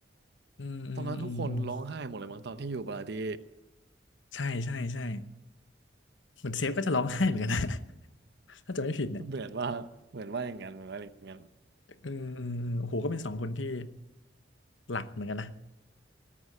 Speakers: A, on the left (about 85°); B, on the right (about 65°).
A: อืมอืมอืมอืม
B: ตอนนั้นทุกคนร้องไห้หมดเลยมั้งตอนที่อยู่บาร์ดี้
A: ใช่ใช่ใช่เหมือนเซฟก็จะร้องไห้เหมือนกันนะ <laughs> ถ้าจะไม่ผิดเนี่ย
B: เหมือนว่าเหมือนว่าอย่างนั้นเหมือนว่าอย่างนั้น
A: เออเออเออโอ้โหก็เป็นสองคนที่หลักเหมือนกันนะ